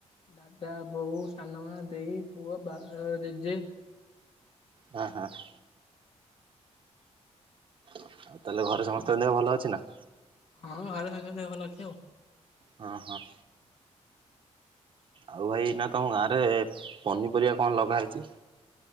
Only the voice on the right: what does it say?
ହାଁ ହାଁ। ଆଉ ତାହେଲେ ଘରେ ସମସ୍ତଙ୍କ ଦେହ ଭଲ ଅଛି ନା।
ହଁ ହଁ। ଆଉ ଭାଇ ଏଇନା ତମ ଗାଁ ରେ ପନିପରିବା କଣ ଲଗା ହେଇଛି।